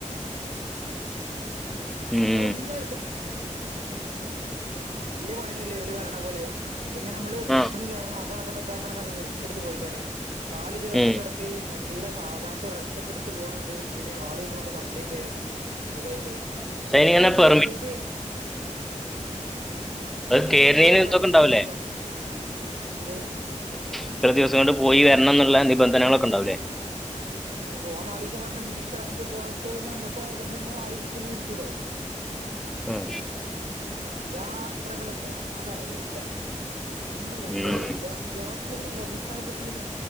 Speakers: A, in the centre; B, on the right.
A: ഉം
B: വല്യ പണിയൊന്നുല്ല്യ ഇവല് വരണ പോലെ അതങ്ങനെമ്മള് പെട്ടെന്ന്
A: ആഹ്
B: കേറണം അതാക്കണം ഇതാക്കണംന്നറഞ് റിസ്കെടുത്ത് പോയിട്ടാണ് നാല് ദിവസക്കെടുത്ത്
A: ഉം
B: മെല്ല സാവധാനത <unintelligible> <unintelligible> സുഖയിട്ട്
A: പക്ഷെ അതിനിങ്ങനെ
B: ഓനിതന്നെ
A: പെർമിറ്റ്
B: കണ്ടിട്ട്
A: അത്
B: കണ്ടിട്ട്
A: കേരണീനത്തൊക്കെ
B: വലിയ പ്രശ്നം
A: ഇണ്ടാവല്ലേ
B: തോന്നിയില്ല എന്തേ
A: ഇത്ര ദിവസം കൊണ്ട് പോയി വരണം എന്നുള്ള നിബന്ധനകളൊക്കെണ്ടാവലേ
B: അ പോവ നാലീസം പറഞ്ഞ ശിരിക്ക്റസ്റ്റടുത്ത് പോയ്കയിഞ മുക്ക് ആ നിബന്ധന <unintelligible>
A: മ്
B: യാത്രകള് പോണം അതാണ് എല്ലാം മ്മടെ <unintelligible>
A: ഉം
B: എല്ലാംയാ ത്രകളിൽ അടിസ്ഥാനപ്പെട്ടകടി